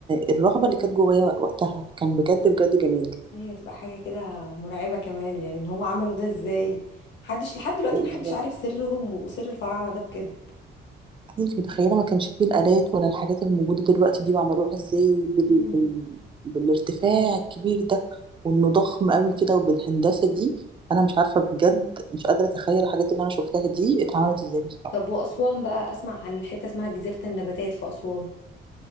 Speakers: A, on the right (about 25°); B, on the left (about 65°).
A: الرهبه اللي كانت جوايا وقتها كان بجد بجد جميل
B: ايوه تبقى حاجه كده مرعبه كمان يعني ان هم عملوا ده ازاي محدش لحد دلوقتي
A: بالظبط
B: محدش عارف سرهم وسر الفراعنه ده بجد
A: انتي متخيله ما كانش فيه الالات ولا الحاجات اللي موجوده دلوقتي دي وعملوها ازاي بال...
B: مم.
A: بال... بالارتفاع الكبير ده وانه ضخم قوي كده وبالهندسه دي انا مش عارفه بجد مش قادره اتخيل الحاجات اللي انا شفتها دي اتعملت ازاي بصراحه
B: طب واسوان بقى اسمع عن حته اسمها جزيره النباتات في اسوان